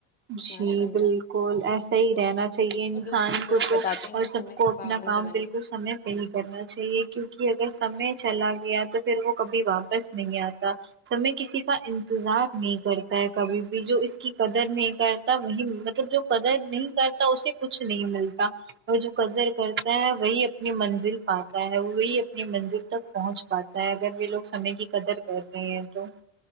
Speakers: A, on the right (about 25°); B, on the left (about 20°).
A: جی
B: ماشاء اللہ
A: بالکل ایسا ہی رہنا چاہیے انسان
B: اور دوسروں
A: کو
B: بھی بتاتے
A: تو
B: ہیں
A: اور
B: کہ
A: سب
B: سمے
A: کو
B: کے
A: اپنا
B: پابند
A: کام
B: بنے
A: بالکل سمے پے ہی کرنا چاہیے کیونکی اگر سمے چلا گیا تو پھر وہ کبھی واپس نہیں آتا سمے کسی کا انتظار نہیں کرتا ہے کبھی بھی جو اس کی قدر نہیں کرتا وہی مطلب جو قدر نہیں کرتا اسے کچھ نہیں ملتا اور جو قدر کرتا ہے وہی اپنی منزل پاتا ہے وہی اپنی منزل تک پہنچ پاتا ہے اگر یے لوگ سمے کی قدر کر رہے ہیں تو